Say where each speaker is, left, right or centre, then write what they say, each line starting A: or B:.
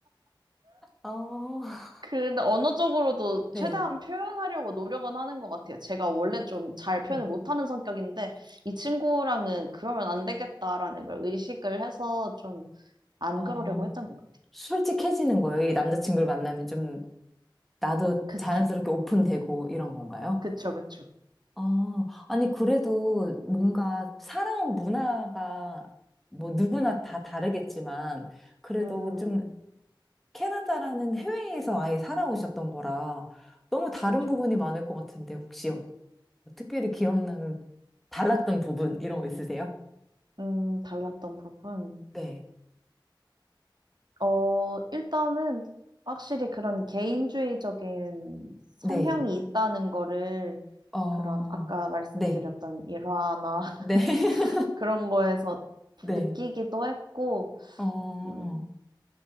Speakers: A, in the centre; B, on the right.
A: 아,
B: 근데 언어적으로도
A: 네.
B: 최대한 표현하려고 노력은 하는 것 같아요. 제가 원래 좀 잘 표현을
A: 네.
B: 못하는 성격인데 이 친구랑은 그러면 안 되겠다라는 걸 의식을 해서 좀 안
A: 어,
B: 그러려고 했던 것 같아요.
A: 솔직해지는 거예요. 이 남자친구를 만나면 좀 나도
B: 그쵸,
A: 자연스럽게 오픈되고 이런 건가요?
B: 그쵸, 그쵸.
A: 아, 아니, 그래도 뭔가 살아온 문화가 뭐 누구나 다 다르겠지만, 그래도
B: 음,
A: 좀 캐나다라는 해외에서 아예 살아오셨던 거라 너무 다른
B: 그쵸.
A: 부분이 많을 것 같은데, 혹시 어- 특별히 기억나는 달랐던 부분, 이런 거 있으세요?
B: 음, 달랐던 부분.
A: 네.
B: 어, 일단은 확실히 그런 개인주의적인 성향이
A: 네.
B: 있다는 거를
A: 어,
B: 그런 아까 말씀드렸던
A: 네.
B: 일화나 <laughs>
A: 네. <laughs>
B: 그런 거에서
A: 네.
B: 느끼기도 했고,
A: 어,
B: 음,